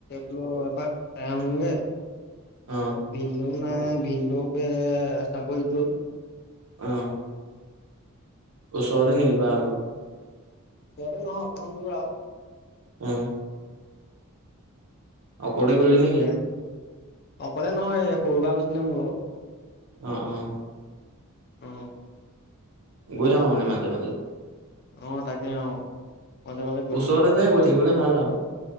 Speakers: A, on the left; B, on the right.
A: <unintelligible>
B: অ',
A: <unintelligible>
B: অ', ওচৰতে নেকি বাৰ ঘৰ?
A: ইয়াতে নহয় অকমান দূৰ আৰু।
B: উম। অকলে কৰিলি
A: তাকে
B: নেকি?
A: অকলে নহয় সৰুবাৰ গৈছিলে মোৰ লগত।
B: অ, অ,
A: অহ।
B: গৈ থাকো মানে মাজে মাজে
A: অহ তাকে অ। মাজে মাজে গৈ
B: ওচৰতে
A: থকা হয়
B: যে গৈ থাকিবলৈ ভাল আৰু